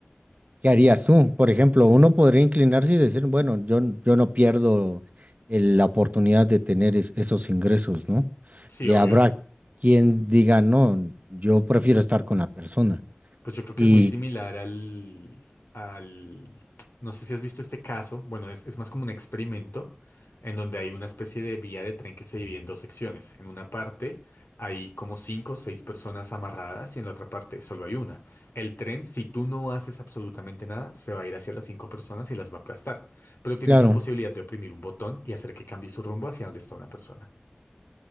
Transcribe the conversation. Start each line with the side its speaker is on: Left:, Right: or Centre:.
Right: ¿qué harías tú? Por ejemplo, uno podría inclinarse y decir, bueno, yo, n- yo no pierdo el- la oportunidad de tener es- esos ingresos, ¿no?
Left: sí,
Right: Y
Left: obvio.
Right: habrá quien diga, no, yo prefiero estar con la persona.
Left: Pues yo creo que
Right: Y
Left: es muy similar al, al, no sé si has visto este caso, bueno, es, es más como un experimento en donde hay una especie de vía de tren que se divide en dos secciones. En una parte hay como cinco o seis personas amarradas y en la otra parte solo hay una. El tren, si tú no haces absolutamente nada, se va a ir hacia las cinco personas y las va a aplastar. Pero tienes
Right: claro,
Left: la posibilidad de oprimir un botón y hacer que cambie su rumbo hacia donde está una persona.